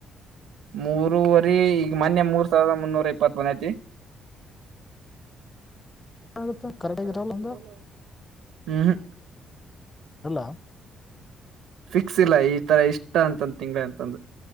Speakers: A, on the right (about 85°); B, on the left (about 20°).
A: ಮೂರವರಿ ಈಗ ಮೊನ್ಯ ಮೂರ್ ಸಾವಿರದ ಮುನ್ನೂರ ಇಪ್ಪತ್ ಒಂದ ಐತಿ
B: ಆಗುತ್ತ
A: ಹೌದ ಕರೆಕ್ಟ್
B: ಆಗಿರಲ್ಲ
A: ಆಗಿ
B: ಒಂದು
A: ಎರಲ್ಲ ಹ್ಮ್
B: ಇಲ್ಲ
A: ಫಿಕ್ಸ್ ಇಲ್ಲ ಈ ತರ ಇಷ್ಟ ಅಂತಂದು ತಿಂಗಗಳ ಅಂತಂದು